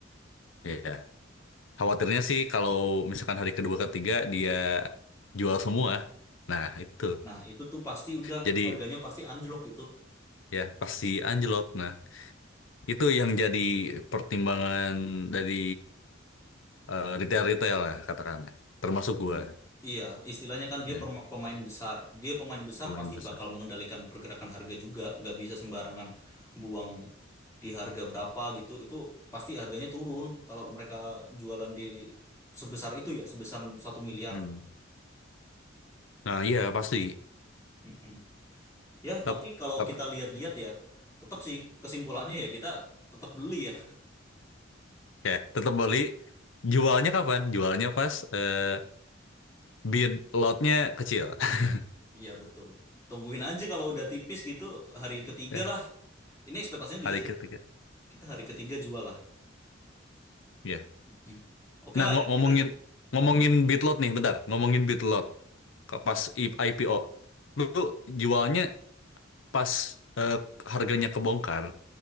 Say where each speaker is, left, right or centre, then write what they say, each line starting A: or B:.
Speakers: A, on the left; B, on the left.
A: Ya. Khawatirnya sih kalau misalkan hari kedua ketiga dia jual semua. Nah, itu.
B: Nah, itu tuh pasti udah
A: Jadi
B: harganya pasti anjlok itu.
A: ya pasti anjlok. Nah, itu yang jadi pertimbangan dari eh, retail-retail lah katakanlah. Termasuk gua.
B: Iya, istilahnya kan dia
A: Ya,
B: perma- pemain besar. Dia pemain besar
A: pemain
B: pasti
A: besar.
B: bakal mengendalikan pergerakan harga juga. Nggak bisa sembarangan buang di harga berapa gitu. Itu pasti harganya turun kalau mereka jualan di sebesar itu ya, sebesar satu miliar.
A: Hmm. Nah, iya pasti.
B: Mm-mm. Ya,
A: Tet
B: tapi kalau
A: apa?
B: kita lihat-lihat ya, tetap sih kesimpulannya ya kita tetap beli ya.
A: Ya, tetap beli. Jualnya kapan? Jualnya pas eh, bid lotnya kecil. <laughs>
B: Iya betul. Tungguin aja kalau udah tipis gitu hari ketiga
A: Ya,
B: lah. Ini ekspektasinya
A: hari
B: bisa sih.
A: ketiga.
B: Kita hari ketiga jual lah.
A: Ya.
B: Hmm. Oke
A: Nah,
B: lah
A: ngo-
B: ya.
A: ngomongin
B: Kita
A: ngomongin
B: kenapa?
A: bid lot nih, bentar. Ngomongin bid lot Ke-
B: Iya.
A: pas I- IPO. Lu jualnya pas eh, harganya kebongkar,